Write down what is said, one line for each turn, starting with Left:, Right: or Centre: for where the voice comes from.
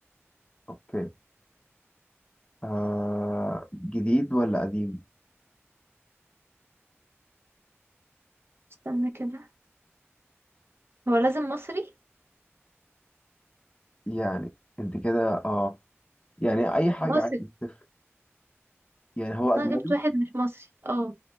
Left: اوكي آه جديد ولا قديم
Right: استنى كده هو لازم مصري
Left: يعني انت كده اه يعني اي حاجه
Right: مصري
Left: عادي مش تفرق يعني هو
Right: ده
Left: اجنبي
Right: جبت واحد مش مصري اه